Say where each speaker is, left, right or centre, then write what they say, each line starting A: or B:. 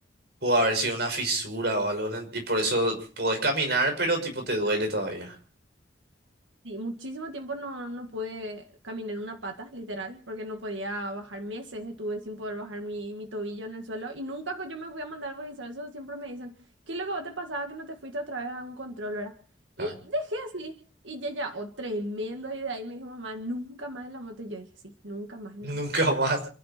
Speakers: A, on the right (about 60°); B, on the right (about 90°).
A: Pudo haber sido una fisura o algo, en el- y por eso podés caminar, pero tipo te duele todavía.
B: Sí, muchísimo tiempo no, no pude caminar en una pata, literal, porque no podía bajar meses, estuve sin poder bajar mi, mi tobillo en el suelo y nunca co- yo me fui a mandar a revisar eso, siempre me dicen, ¿qué es lo que vos te pasaba que no te fuiste otra vez a un control, verdad?
A: Claro.
B: Y dejé así y ya, ya, oh, tremendo, y de ahí me dijo mamá, nunca más en la moto, y yo dije, sí, nunca más en
A: Nunca
B: la moto.
A: más.